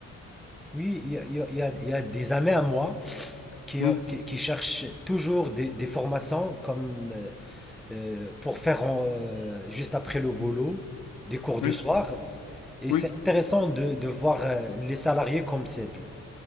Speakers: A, in the centre; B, on the left.
A: Oui, il y a, il y a- il y a- il y a des amis à moi qui,
B: Hmm,
A: qui, qui cherchent toujours des, des formations comme euh, euh, pour faire en- euh, juste après le boulot
B: hmm,
A: des cours de
B: Oui,
A: soir. Et
B: oui,
A: c'est intéressant de, de voir euh, les salariés comme cible.